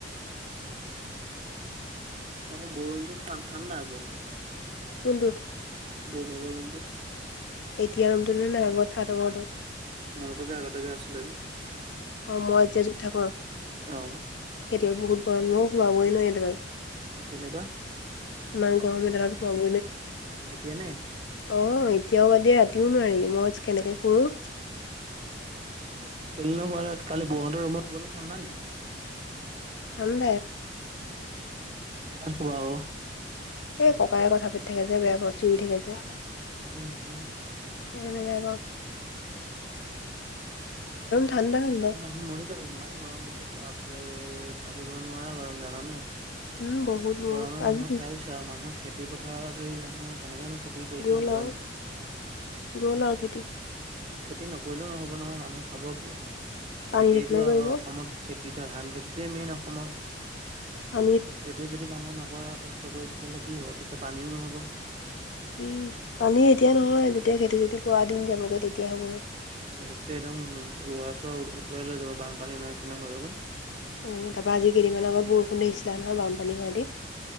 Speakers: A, on the right; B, on the left.
A: আকৌ বৰণটো চান খান্ ন আকৌ
B: কোনোটোত
A: বৌবা গৰমটো
B: এতিয়া ৰমটোনে <unintelligible>
A: মনে ক যে জগাটা যে আছিলে যে
B: অ মই যে য'ত থাকো
A: অ
B: খেতিয় বহুত গৰম বহ সোমাবই নহ এনোলৈকে <unintelligible>
A: কেলেবা
B: মানং গৰমিলা খোৱা <unintelligible>
A: এতিয়া নে?
B: অ এতিয়াও বাদিয়া ৰাতিও নোৱাৰি মজ কেনেকে কৰো
A: কে কালি বৈও হতৰ ৰুমত শুবলৈ ঠাণ্ডা নেকি <unintelligible>
B: উম
A: কি খাবা আৰু?
B: এই ককায়ে কথা পাতি থাকে যায় বেয়া বস্তু দি থাকে যে
A: উম উম
B: এখনোই <unintelligible> ঠাণ্ডা ঠাণ্ডা
A: মানুহ মৰি যাব ইমান গৰম দিছে বাপ বাপৰে ভাবিব নোৱাৰা গৰম জানানে।
B: উম বহুত বহুত
A: গৰমে মানুহক
B: আজি কি
A: খাই দিছে আৰু মানুহে খেতি পথাৰত সেই মানে কেনেকুৱা নু খেতি কৰিছে
B: গ'ল
A: নাজানো।
B: আৰু গ'ল আৰু খেতি
A: খেতি নকৰিলেও নহ'ব নহয় মানুহে খাব কি
B: পানী
A: খেতিয়েইটো
B: থাকিলে কৰিব
A: অসমত খেতি। খেতি ধান খেতিটোৱে মেইন অসমৰ।
B: আ।
A: এইটোৱে যদি মানুহে নকৰে কষ্ট কৰি তেতিয়াহ'লে কি হব পিছত পানীও নহব।
B: উম পানী এতিয়া নহয় যেতিয়া খেতি চেতি কৰা দিন যাবগে তেতিয়া হ'ব।
A: গোটেই একদম ৰোৱা চোৱা উটুৱাই লৈ যাব বানপানীৰ নিচিনা হৈ যাব।
B: উ তাৰ পৰাৰা আজি কেইদিনমান আগত বৰষুণ দে আহিছিলা নহ বানপানী হোৱ দি।